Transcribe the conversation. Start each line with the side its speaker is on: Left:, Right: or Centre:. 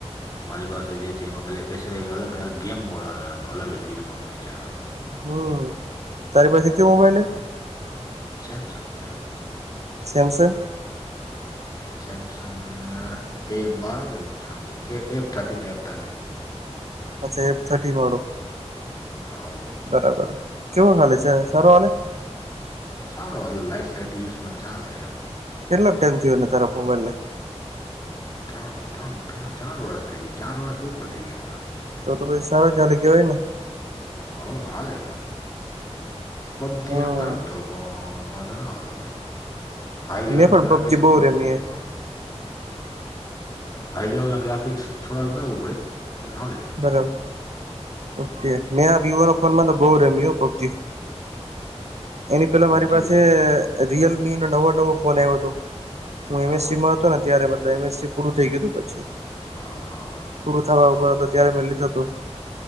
Left: મારી પાસે જે છે એમાં પે બેસે અલગ ગેમ મોડ આવ અલગ ો વિચાર.
Right: હમ તારી પાસે કેયો મોબાઈલ.
Left: સસંગ છે.
Right: સેમસંગ
Left: સેમસંગ એ બાર something A A thirteen F thirteen.
Right: અચ્છા એફ થર્ટીન વાળો.
Left: આવવ
Right: બરાબર કેવો ખાલે છે સારો વાલે
Left: સારોતલ લઇટ લ યુઝમાં ચાલેમ
Right: કેટલોક ટાઈમ થયો ને તાર મોબાઈલ ને.
Left: ત્રણ ત્રણ ત્રણ ચાર વર્ષ થઈ ગયા ચાર વર્ષ ઉપર થઈ ગયા મતલબ.
Right: તો તો પછ સારા જાલ ગયો હોય ને.
Left: હ હાલે પબજી
Right: હમ
Left: આમાં રમતો પણ ંધરા આવદ હાઈ લેવલ
Right: મેં પણ
Left: ન ગ્રાફિકક્સ
Right: પબજી બહુ
Left: માને
Right: રમી હે
Left: હા હાઈ લેવલના ગ્રાફિક્સ થોડાક નવું પડેછ આા લે.
Right: બરાબર ઓકે મેં આ વિવો ન ફોનમાં તો બહ રમ્યું પબજી. એની પેલા
Left: પબજી
Right: મારી પાસે રિયલમી નો નવો નવો ફોન આવ્યો હતો. હું
Left: હા
Right: એમએસસીમાં હતો ત્યારે મતલબ એમએસસી પૂરું થઈ ગયુંછી.
Left: હા હા
Right: પૂરું થવા ઉભર હતો ત્યારે મેં લીધું હતું.